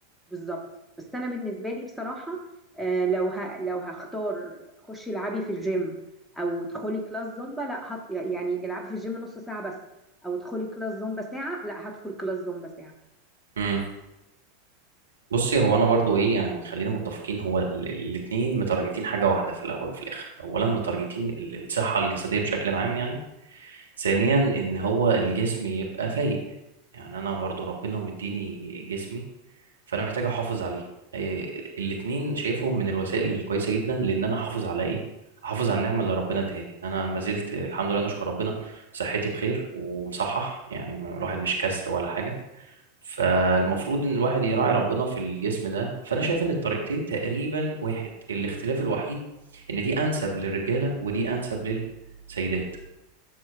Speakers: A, in the centre; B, on the right.
A: بالظبط بس انا بالنسبه لي بصراحه آه، لو ه... لو هختار خشي العبي في الجيم او ادخلي كلاس زومبا لا هت... يعني العبي في الجيم نص ساعه بس او ادخلي كلاس زومبا ساعه لا هدخل كلاس زومبا ساعه
B: مم. بصي هو انا برضو ايه يعني خلينا متفقين هو ال- الاثنين متارجتين حاجه واحده في الاول وفي الاخر اولا متارجتين ال- الصحه الجسديه بشكل عام يعني ثانيا ان هو الجسم يبقى فايق يعني انا برضو ربنا مديني جسمي فانا محتاج احافظ عليه إيه، الاتنين شايفهم من الوسائل الكويسه جدا لان انا احافظ على ايه احافظ على النعمه اللي ربنا ادهاني ان انا ما زلت الحمد لله نشكر ربنا صحتي بخير ومصحح يعني ما- الواحد مش كسر ولا حاجه فالمفروض ان الواحد يراعي ربنا في الجسم ده فانا شايف ان الطريقتين تقريبا واحد الاختلاف الوحيد ان دي انسب للرجاله ودي انسب للسيدات